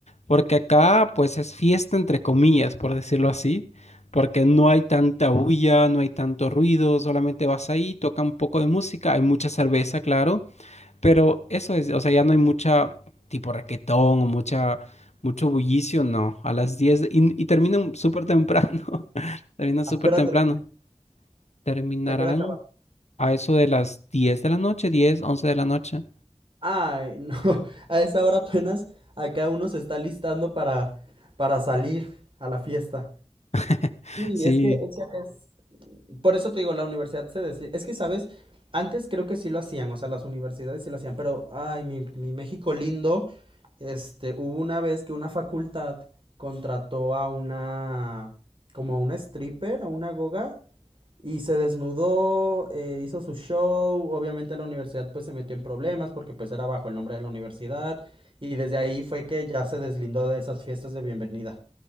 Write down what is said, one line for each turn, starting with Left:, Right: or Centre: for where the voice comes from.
Left: Porque acá, pues, es fiesta entre comillas, por decirlo así, porque no hay tanta bulla, no hay tanto ruido, solamente vas ahí, toca un poco de música, hay mucha cerveza, claro, pero eso es, o sea, ya no hay mucha, tipo raquetón o mucha, mucho bullicio, no, a las diez de- y, y terminan súper temprano, <laughs> terminan súper
Right: ¿A qué hora
Left: temprano,
Right: termina?
Left: terminarán
Right: ¿A qué hora acaba?
Left: a eso de las 10 de la noche, 10, 11 de la noche,
Right: Ay, no, <laughs> a esa hora apenas acá uno se está listando para, para salir a la fiesta.
Left: <laughs>
Right: Sí,
Left: sí.
Right: es que, es que acá es... Por eso te digo, la universidad se desliga. Es que, ¿sabes? Antes creo que sí lo hacían, o sea, las universidades sí lo hacían, pero, ay, mi, mi México lindo, este, hubo una vez que una facultad contrató a una, como a una stripper, a una goga, y se desnudó, eh, hizo su show, obviamente la universidad pues se metió en problemas porque pues era bajo el nombre de la universidad, y desde ahí fue que ya se deslindó de esas fiestas de bienvenida.